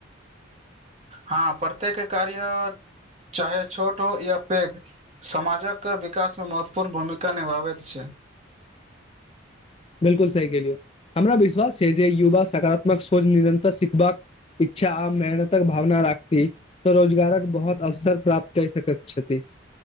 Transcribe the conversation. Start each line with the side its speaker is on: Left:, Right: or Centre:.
Right: हां प्रत्येक कार्य चाहे छोट हो या पैघ समाजक विकासमे महत्वपूर्ण भूमिका निभाबैत छै।
Left: बिल्कुल सही कहलियौ हमरा विश्वास छै जे युवा सकारात्मक सोच निरन्तर सिखबाक। इच्छा आ मेहनतक भावना राखती तऽ रोजगारक बहोत अवसर प्राप्त कैर सकैत छथि।